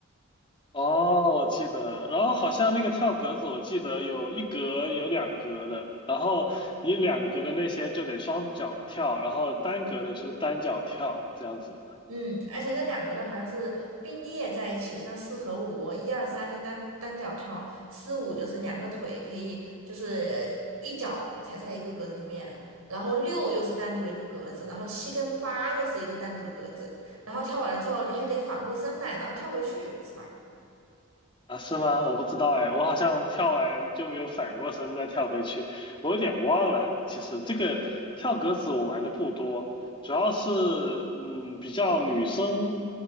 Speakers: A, on the left; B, on the right.
A: 哦，我记得，然后好像那个跳格子，我记得有一格有两格的，然后你两格的那些就得双脚跳，然后单格的就是单脚跳，这样子
B: 嗯，而且那两格的好像是并列在一起的，像四和五，一二三就单单脚跳，四五就是两个腿可以就是呃一脚踩在一个格子里面，然后六又是单独的一个格子，然后七跟八又是一个单独的格子，然后跳完了之后你还得反过身来，然后跳回去，是吧？
A: 啊？是吗？我不知道哎，我好像跳完就没有反过身再跳回去，我有点忘了。其实这个跳格子我玩的不多，主要是嗯比较女生，